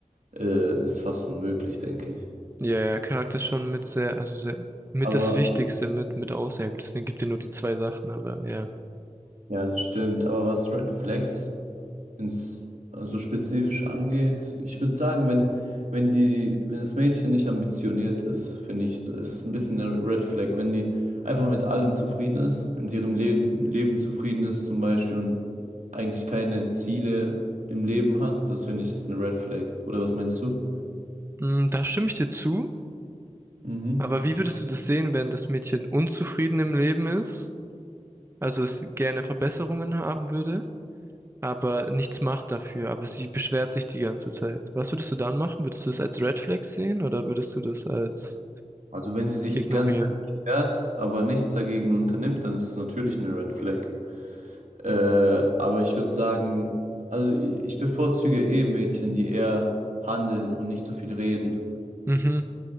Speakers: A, on the right; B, on the right.
A: äh, ist fast unmöglich, denke ich.
B: Ja, ja, Charakter ist schon mit sehr, also sehr, mit
A: Aber
B: das Wichtigste mit, mit aus. Ja, gut, es gibt ja nur die zwei Sachen, aber ja.
A: ja, das stimmt. Aber was Red Flags? ins, also spezifisch angeht. Ich würde sagen, wenn, wenn die, wenn das Mädchen nicht ambitioniert ist, finde ich, es ist ein bisschen eine Red Flag. Wenn die einfach mit allem zufrieden ist, in ihrem Leben, Leben zufrieden ist zum Beispiel und eigentlich keine Ziele im Leben hat, das finde ich ist eine Red Flag. Oder was meinst du?
B: Mm, Da stimme ich dir zu.
A: Mhm.
B: Aber wie würdest du das sehen, wenn das Mädchen unzufrieden im Leben ist? Also es gerne Verbesserungen haben würde, aber nichts macht dafür. Aber sie beschwert sich die ganze Zeit. Was würdest du dann machen? Würdest du das als Red Flag sehen oder würdest du das als
A: Also wenn sie sich
B: ignorieren?
A: die ganze Zeit beschwert, aber nichts dagegen unternimmt, dann ist es natürlich eine Red Flag. Äh, aber ich würde sagen, also i- ich bevorzuge eh Mädchen, die eher handeln und nicht so viel reden.
B: Mhm.